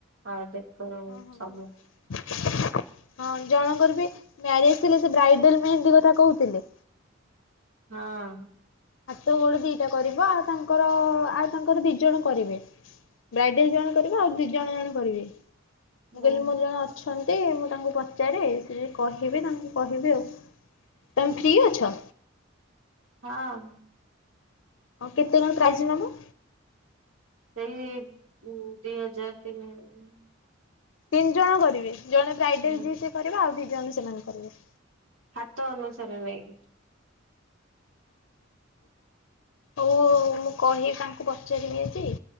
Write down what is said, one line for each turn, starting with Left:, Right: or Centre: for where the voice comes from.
Right: ଆ ଦେକ ର
Left: ହଁ ହଁ
Right: ସବୁ।
Left: ହଁ ହଁ ଜଣଙ୍କର ବି ମ୍ୟାରେଜ ଥିଲା ସେ ବ୍ରାଇଡଲ ମେହନ୍ଦୀ କଥା କହୁଥିଲେ।
Right: ହଁ।
Left: ହାତ ଗୋଡ ଦିଟା କରିବ ଆଉ ତାଙ୍କର ଆଉ ତାଙ୍କର ଦି ଜଣ କରିବେ। ବ୍ରାଇଡାଲ ଜଣେ କରିବ ଆଉ ଦି ଜଣ ଜଣେ କରିବେ। ମୁଁ
Right: ହଁ
Left: କହିଲି ମୋର ଜଣେ ଅଛ ଅଛନ୍ତି ମୁଁ ତାଙ୍କୁ ପଚାରେ, ସେ ଯଦି କହିବେ ତାଙ୍କୁ କହିବି ଆଉ। ତମେ ଫ୍ରି ଅଛ?
Right: ହଁ।
Left: ଆଉ କେତେ କଣ ପ୍ରାଇସ୍ ନବ?
Right: ସେଇ ଉଁ ଦି ହଜାର ତିନି ହଜା
Left: ତିନି ଜଣ କରିବେ ଜଣେ ବ୍ରାଇଡାଲ୍
Right: ହୁଁ
Left: ଯିଏ ସିଏ କରିବ ଆଉ ଦି ଜଣ ସେମାନେ କରିବେ।
Right: ହାତ ଅନୁସାରେ ନେଇକି।
Left: ହଉ ମୁଁ କହିି ତାଙ୍କୁ ପଚାରିବି ଆଜି।